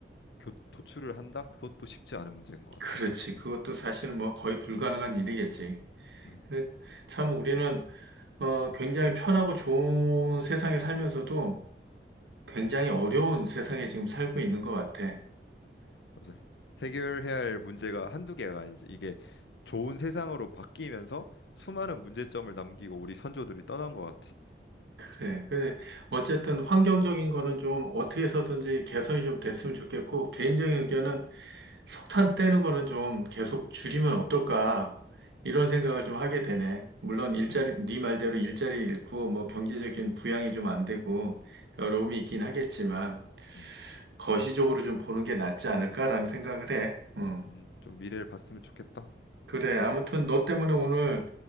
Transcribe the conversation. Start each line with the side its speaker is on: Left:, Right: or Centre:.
Left: 교- 도출을 한다? 그것도 쉽지 않은 문제인 것
Right: 그렇지.
Left: 같아.
Right: 그것도 사실 뭐 거의 불가능한 일이겠지.
Left: 음.
Right: 근데 참 우리는 어, 굉장히 편하고 좋은 세상에 살면서도 굉장히 어려운 세상에 지금 살고 있는 것 같아.
Left: 맞아요. 해결해야 할 문제가 한두 개가 아니지. 이게 좋은 세상으로 바뀌면서 수많은 문제점을 남기고 우리 선조들이 떠난 것 같아.
Right: 그래. 근데 어쨌든 환경적인 거는 좀 어떻게 해서든지 개선이 좀 됐으면 좋겠고, 개인적인 의견은 석탄 떼는 거는 좀 계속 줄이면 어떨까? 이런
Left: 음,
Right: 생각을 좀 하게 되네. 물론 일자리,
Left: 음,
Right: 네 말대로 일자리 잃고 뭐 경제적인 부양이 좀 안 되고 어려움이 있긴 하겠지만
Left: 음,
Right: 거시적으로 좀 보는 게 낫지 않을까라는 생각을 해. 음.
Left: 음. 좀 미래를 봤으면 좋겠다.
Right: 그래. 아무튼 너 때문에 오늘